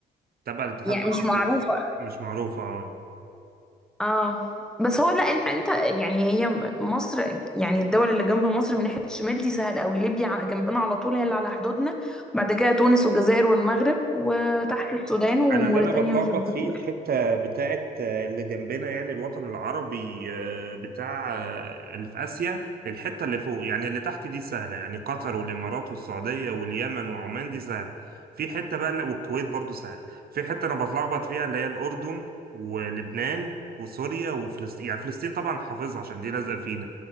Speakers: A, on the right (about 50°); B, in the centre.
A: تبع الاتحاد
B: يعني
A: العربي
B: مش معروفة
A: مش معروفه اه
B: اه بس هو لا انت انت يعني هي مصر يعني الدول اللي جنب مصر من ناحية الشمال دي سهل قوي ليبيا ع- جنبنا على طول هي اللي على حدودنا وبعد كده تونس والجزائر والمغرب وتحت السودان وموريتانيا
A: انا اللي انا بتلخبط
B: وجيبوتي
A: فيه
B: بقى
A: الحته بتاعت آه، اللي جنبنا يعني الوطن العربي آه، بتاع آه، اللي في اسيا الحته اللي فوق يعني اللي تحت دي سهله يعني قطر والامارات والسعوديه واليمن وعمان دي سهله في حته بقى اللي- والكويت برضو سهله في حته انا بتلخبط فيها اللي هي الاردن ولبنان وسوريا وفلسطين يعني فلسطين طبعا حافظها عشان دي لازقه فينا